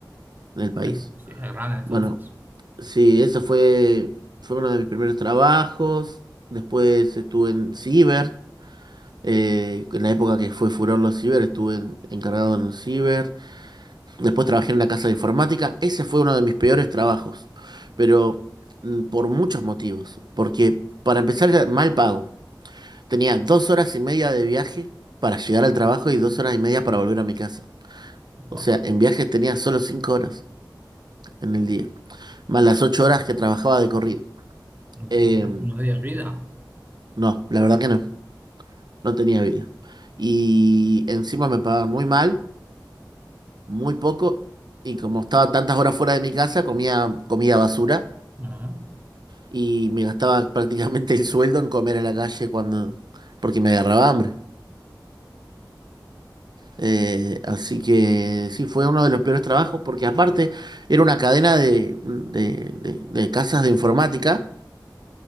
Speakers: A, on the right (about 60°); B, on the right (about 25°).
A: en el país.
B: Ya, Sí, es grande entonces.
A: Bueno, sí, eso fue, fue uno de mis primeros trabajos. Después estuve en Ciber. eh, en la época que fue furor los Ciber, estuve encargado en un Ciber. Después trabajé en la casa de informática. Ese fue uno de mis peores trabajos, pero mm, por muchos motivos. Porque para empezar era mal pago. Tenía dos horas y media de viaje para llegar al trabajo y dos horas y media para volver a mi casa.
B: Buah,
A: O sea, en viaje tenía solo cinco horas en el día, más las ocho horas que trabajaba de corrido.
B: no,
A: Eh,
B: no tenías vida.
A: no, la verdad que no, no tenía vida. Y encima me pagaban muy mal, muy poco, y como estaba tantas horas fuera de mi casa, comía comida basura
B: No.
A: y me gastaba prácticamente el sueldo en comer a la calle cuando, porque me agarraba hambre. Eh, así que sí, fue uno de los peores trabajos porque aparte era una cadena de, de, de- de casas de informática